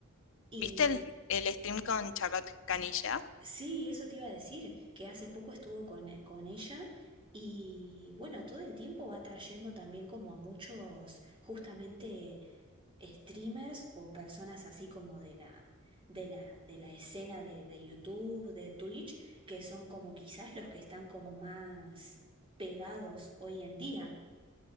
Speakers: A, on the right (about 25°); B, on the left (about 65°).
A: Y
B: ¿Viste el, el stream con Charlotte Canilla?
A: Sí, eso te iba a decir, que hace poco estuvo con, e- con ella y bueno, todo el tiempo va trayendo también como a muchos justamente streamers o personas así como de la, de la, de la escena de, de YouTube, de Twitch, que son como quizás los que están como más pegados hoy en día.